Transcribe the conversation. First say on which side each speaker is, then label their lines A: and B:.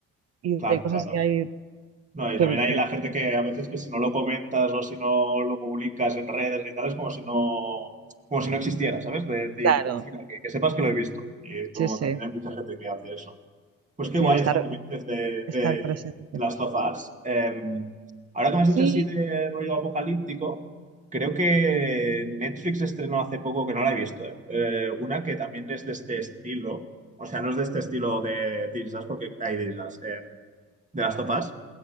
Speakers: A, on the right (about 55°); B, on the right (about 25°).
A: y
B: claro,
A: de cosas
B: claro.
A: que hay
B: No, y
A: que,
B: también hay
A: que-
B: la gente que a veces que si no lo comentas o si no lo publicas en redes y tal, es como si no, como si no existiera, ¿sabes? De, decir,
A: claro,
B: como, mira, que, que sepas que lo he visto. Y es como
A: sí, sí,
B: también hay mucha gente que hace eso. Pues qué
A: sí,
B: guay
A: de estar,
B: esta que me dices de,
A: estar
B: de,
A: presente.
B: de Last of Us. Eh, ahora que me has
A: Sí.
B: dicho así de rollo apocalíptico, creo que Netflix estrenó hace poco, que no la he visto, eh, eh, una que también es de este estilo. O sea, no es de este estilo de This Is Us, porque hay This Is Us, eh, de Last of Us,